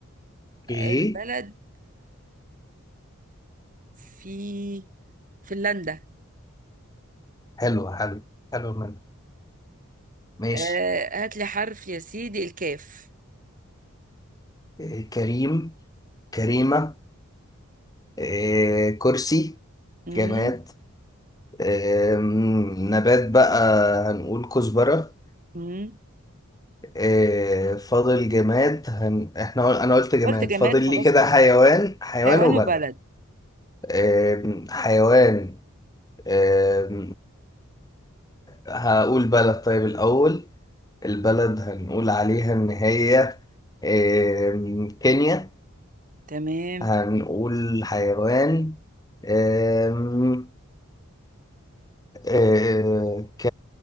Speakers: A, on the left; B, on the right.
A: اوكي
B: البلد في فنلندا
A: حلو حلو حلو منه ماشي
B: آه هات لي حرف يا سيدي الكاف
A: آه كريم كريمة آه كرسي
B: مم.
A: جماد آم، نبات بقى هنقول كزبرة
B: مم.
A: آه، فاضل جماد هن... احنا قل... انا قلت جماد
B: قلت جماد
A: فاضل
B: خلاص
A: لي كده
B: كنت
A: حيوان حيوان
B: حيوان
A: وبلد
B: وبلد
A: آم، حيوان آم، هقول بلد طيب الأول البلد هنقول عليها إن هي آم، كينيا
B: تمام
A: هنقول حيوان آم، آه، ك